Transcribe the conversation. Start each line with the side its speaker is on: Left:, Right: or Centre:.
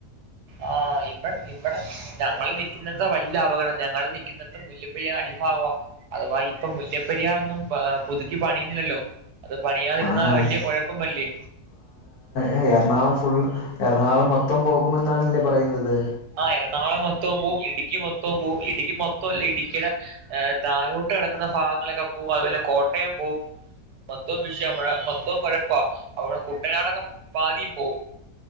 Right: ആഹ് ഇവട് ഇവടെ ഞങ്ങൾ നിക്ക്ന്നിടത്ത വല്ല്യ അപകടം ഞങ്ങൾ നിക്ക്ന്ന പ്പം മുല്ലപ്പെരിയാ അടിഭാവൊ അഥവാ ഇപ്പം മുല്ലപ്പെരിയാറൊന്നും ഏ പുതുക്കി പണിയുന്നില്ലല്ലോ അത് പണിയാതിരുന്നാ
Left: ആണാണ്
Right: വല്ല്യ കൊഴപ്പമല്ലേ
Left: ഏ എറണാകുളം ഫുൾ എറണാകുളം മൊത്തം പോകുമെന്നാണല്ലേ പറയുന്നത്
Right: ആ എറണാകുളം മൊത്തോം പോവും ഇടുക്കി മൊത്തോം പോവും ഇടുക്കി മൊത്തോ അല്ല ഇടുക്കിടെ ഏ താഴോട്ട് കെടക്ക്ന്ന ഭാഗങ്ങളൊക്കെ പോവും അതിലെ കോട്ടയം പോവും മൊത്തോം വിഷയ മൊത്തോം കൊഴപ്പാ അവടെ കുട്ടനാടൊക്കെ പാതിം പോവും